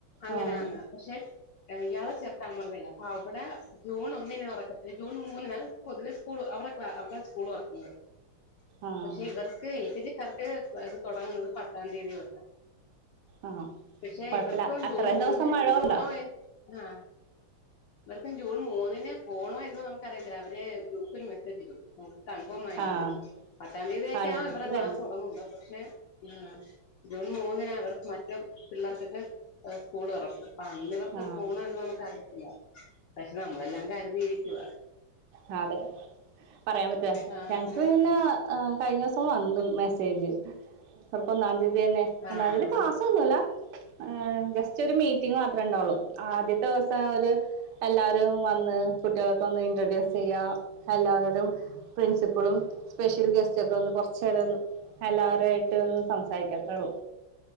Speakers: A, on the left (about 70°); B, on the right (about 70°).
A: അങ്ങനാണ്
B: ആഹ്
A: പക്ഷെ ഇയാള് ചെർത്താ <unintelligible> അ ഇവടെ ജൂൺ ഒന്നിന് ഒറക്കത്തില്ല ജൂൺ മൂന്നിന് പൊതുവെ സ്കൂള് അവരെ അവിടെ സ്കൂൾ തൊറക്ക <unintelligible>
B: ആഹ്
A: പക്ഷെ ഇവർക്ക് <unintelligible> ക്കാർക്ക് ഇത് തുടങ്ങുന്നത് പത്താം തീയതി തൊട്ട
B: ആഹ്
A: പക്ഷെ
B: കൊഴപ്പില്ല
A: ഇവർക്കും
B: അത്രയും
A: ജൂൺ മൂന്നിന്
B: ദിവസം മഴ
A: പോണോ
B: കൊണ്ടോ
A: ആ ഇവർക്കും ജൂൺ മൂന്നിന് പോണോ അ നമുക്ക അറിയത്തില്ല അവര് ഗ്രൂപ്പിൽ മെസ്സേജിടും കൺഫോമായാണുള്ളത്
B: ആഹ്
A: പത്താം തീയതിയൊക്കെയാണ്
B: ആഹ് ഞങ്ങക്ക്
A: ഇവരെ ക്ലാസ്
B: കഴിഞ്ഞു
A: <unintelligible> ആ ജൂൺ മൂന്നിനാ ഇവർക്ക് മറ്റേ പിള്ളേർക്കൊക്കെ സ്കൂൾ തൊർക്ക ആ അന്ന് ഇവർക്ക്
B: ആഹ്
A: പോണോ നമുക്കറിയത്തില്ല പക്ഷെ നമ്മളെല്ലാം കര്തിയിരിക്കുവാ
B: ആ അതെ പറയാൻ പറ്റോ
A: ആഹ്
B: ഞങ്ങ്ക്ക് ന്നാ കഴിഞ്ഞ ദീസം വന്നു മെസ്സേ സ്സേജ് ചെൽപ്പം ഒന്നാം തീയതി തന്നെ
A: ആഹ്
B: ഒന്നാം തീയതി ക്ലാസ് ഒന്നുല്ല എ ജസ്റ്റ് ഒരു മീ- റ്റിങ്ങ് മാത്രേ ഉണ്ടാവൊള്ളൂ ആദ്യത്തെ ദിവസം ഒരു എല്ലാരും വന്ന് കുട്ടികൾക്കൊന്ന് ഇൻട്രൊഡ്യൂസ് ചെയ്യ എല്ലാവരും പ്രിൻസിപ്പളും സ്പെഷ്യൽ ഗെസ്റ്റെക്കെ വന്ന് കൊർച്ചേരൊന്നു എല്ലാവരായിട്ട് ഒന്ന് സംസാരിക്കത്രേള്ളൂ